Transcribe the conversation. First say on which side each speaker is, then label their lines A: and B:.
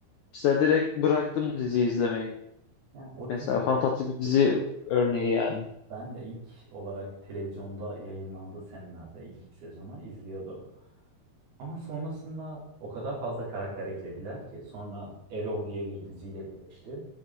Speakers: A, on the left; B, on the right.
A: İşte direkt bıraktım diziyi izlemeyi.
B: Yani o
A: Mesela
B: dizide
A: fantastik bir dizi örneği yani.
B: ben de ilk olarak televizyonda yayınlandığı senelerde ilk iki sezonu izliyordum. Ama sonrasında o kadar fazla karakter eklediler ki sonra Arrow diye bir diziyle birleşti.